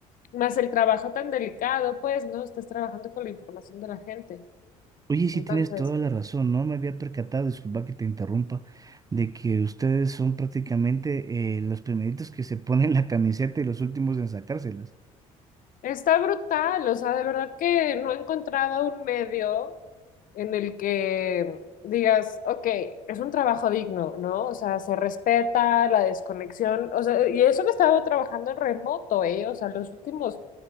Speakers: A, on the left; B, on the right.
A: Más el trabajo tan delicado, pues, ¿no? Estás trabajando con la información de la gente.
B: Oye, sí
A: Entonces,
B: tienes toda la razón, no me había percatado, disculpa que te interrumpa, de que ustedes son prácticamente eh, los primeritos que se ponen la camiseta y los últimos en sacárselas.
A: está brutal. O sea, de verdad que no he encontrado un medio en el que digas, ok, es un trabajo digno, ¿no? O sea, se respeta la desconexión. O sea, y eso que he estado trabajando en remoto, ¿eh? O sea, los últimos